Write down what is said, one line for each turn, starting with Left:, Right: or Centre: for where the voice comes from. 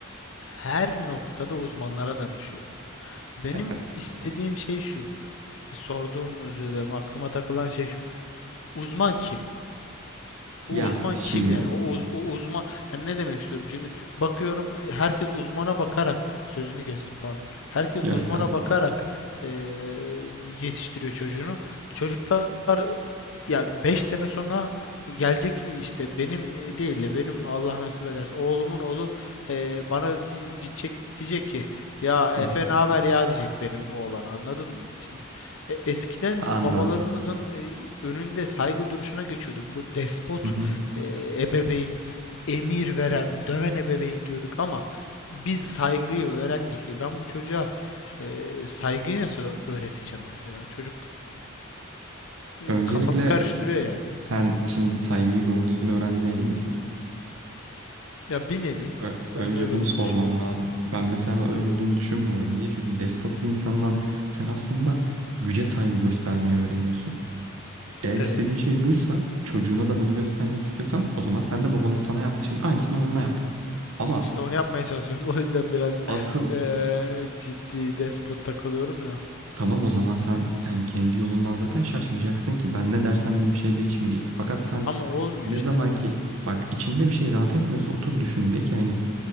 Left: her noktada uzmanlara danışıyor. Benim
Right: Evet.
Left: istediğim şey şu, e, sorduğum özür dilerim aklıma takılan şey şu. Uzman kim? O
Right: Ya
Left: uzman
Right: şimdi
Left: kim yani? O, uz, o uzman yani ne demek istiyorum? Şimdi bakıyorum e, herkes uzmana bakarak sözünü kestim pardon. Herkes
Right: ya
Left: uzmana
Right: estağfurullah.
Left: bakarak e, yetiştiriyor çocuğunu. Çocuklar ya 5 sene sonra gelecek e, işte benim e, değil de benim Allah nasip ederse oğlumun oğlu e, bana di- gidecek diyecek ki ya Efe
Right: Hı hı.
Left: ne haber ya diyecek benim oğlan anladın mı? Şimdi e, eskiden
Right: Anladım.
Left: biz babalarımızın e, önünde saygı duruşuna geçiyorduk. Bu despot
Right: Hı hı.
Left: e, ebeveyn emir veren döven ebeveyn diyorduk ama biz saygıyı öğrendik. E ben bu çocuğa e, saygıyı nasıl öğreteceğim mesela? Çocuk e,
Right: Öncelikle
Left: kafamı karıştırıyor yani.
Right: sen şimdi saygıyı doğru düzgün öğrendiğine emin misin?
Left: Ya bir nevi.
Right: Ö- önce
Left: Ben öyle
Right: bunu
Left: olduğunu
Right: sorman
Left: düşünüyorum.
Right: lazım. Ben mesela öyle olduğunu düşünmüyorum. Niye? Çünkü despot bir insandan sen aslında güce saygı göstermeyi öğreniyorsun. Eğer
Left: Evet.
Right: istediğin şey buysa çocuğuna da bunu göstermek istiyorsan o zaman sen de babanın sana yaptığı şeyin aynısını oğluna yap. Ama
Left: İşte onu yapmaya çalışıyorum. <laughs> O yüzden biraz
Right: asıl
Left: eee, ciddi despot takılıyorum ya.
Right: tamam o zaman sen hani kendi yolundan zaten şaşmayacaksın ki ben ne dersem diyeyim bir şey değişmeyecek. Fakat sen
Left: Ama olmuyor
Right: ne
Left: işte.
Right: zaman ki bak içinde bir şey rahat etmiyorsa otur düşün de ki hani